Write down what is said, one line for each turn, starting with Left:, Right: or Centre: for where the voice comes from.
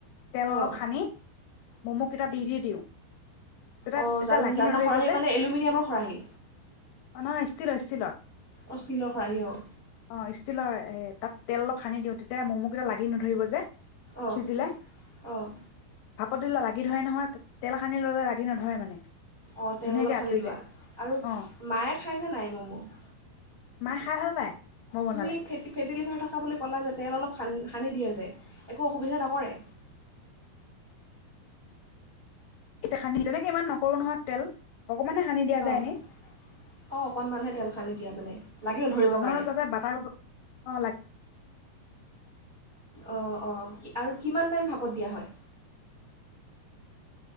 Left: তেল
Right: অঁ
Left: অলপ সানি, ম'ম', কেইটা দি-দি দিওঁ। তেতিয়া
Right: অঁ,
Left: তেতিয়া
Right: জাল
Left: লাগি
Right: জালনা
Left: নধৰিব
Right: খৰাহী
Left: যে
Right: মানে এলুমিনিয়ামৰ খৰাহী।
Left: অ' নহয় ষ্টিলৰ-ষ্টিলৰ।
Right: অ' ষ্টীলৰ খৰাহি অ'।
Left: অ' ষ্টীলৰ এ তাত তেল অলপ সানি দিওঁ। এতিয়া ম'ম' কেইটা লাগি নধৰিব যে।
Right: অঁ-অঁ,
Left: সিজিলে ভাপত দিলে লাগি ধৰে নহয়, তেল সানি ল'লে লাগি নধৰে মানে।
Right: অঁ' তেল
Left: ধুনীয়াকে
Right: অলপ
Left: আঁতৰি
Right: সানি লোৱা
Left: যায়
Right: আৰু
Left: অ
Right: মায়ে খায়নে নাই ম'ম'?
Left: মায় খাই ভাল পায়। মই বনালে
Right: তুমি ফেটি-ফেটি লিভাৰ থকা বুলি ক'লা যেতিয়া, তেল অলপ সানি দিয়ে যে, একো অসুবিধা নকৰে?
Left: এতিয়া সানি তেনেকে ইমান নকৰো নহয় তেল। অকমানে সানি দিয়া যায়
Right: অঁ-অঁ,
Left: এনেই
Right: অকণমানহে তেল সানি দিয়া মানে, লাগি নধৰিবৰ
Left: অ'
Right: কাৰণে
Left: নহলে তাতে বাটাৰো অ' লাগ
Right: অঁ-অঁ আৰু কিমান টাইম ভাপত দিয়া হয়?